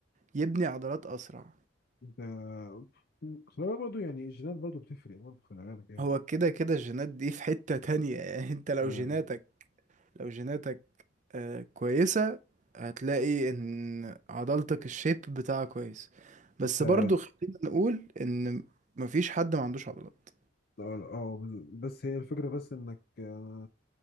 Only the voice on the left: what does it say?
ده خلي بالك برضه يعني الجينات برضه بتفرق برضه خلي بالك
يعني
انت اه
آه، بس هي الفكرة بس انك آه،